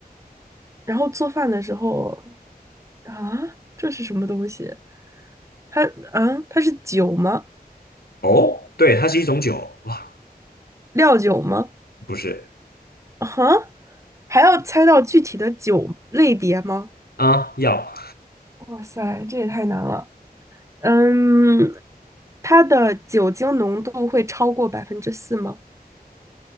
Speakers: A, on the right (about 20°); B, on the left (about 75°).
A: 然后做饭的时候啊，这是什么东西？它啊，它是酒吗？
B: 哦，对，它是一种酒，哇，
A: 料酒吗？
B: 不是
A: 啊，还要猜到具体的酒类别吗？
B: 啊，药，
A: 哇塞，这也太难了。嗯，它的酒精浓度会超过百分之四吗？